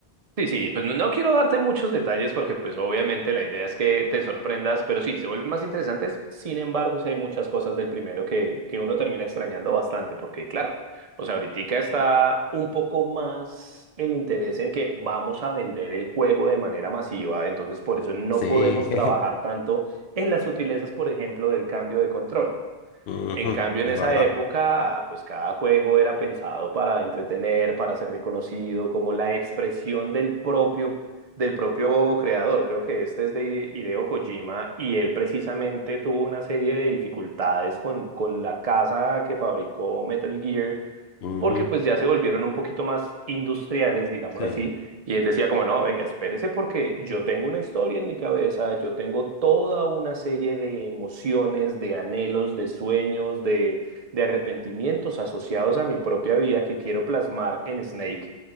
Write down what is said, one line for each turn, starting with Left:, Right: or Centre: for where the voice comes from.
Right: Sí, sí, pues no no quiero darte muchos detalles porque pues obviamente la idea es que te sorprendas, pero sí, se vuelven más interesantes. Sin embargo, sí hay muchas cosas del primero que, que uno termina extrañando bastante porque claro, o sea, ahorita está un poco más el interés en que vamos a vender el juego de manera masiva, entonces por eso no
Left: Sí.
Right: podemos
Left: <laughs>
Right: trabajar tanto en las sutilezas, por ejemplo, del cambio de control.
Left: Ujú,
Right: En cambio, en
Left: es
Right: esa
Left: verdad.
Right: época, pues cada juego era pensado para entretener, para ser reconocido, como la expresión del propio, del propio creador. Creo que este es de Hide- Hideo Kojima y él precisamente tuvo una serie de dificultades con, con la casa que fabricó Metal Gear
Left: Ujú,
Right: porque
Left: ujú,
Right: pues ya se volvieron un poquito más industriales, digámoslo
Left: sí.
Right: así, y él decía como, no, venga, espérese porque yo tengo una historia en mi cabeza, yo tengo toda una serie de emociones, de anhelos, de sueños, de, de arrepentimientos asociados a mi propia vida que quiero plasmar en Snake,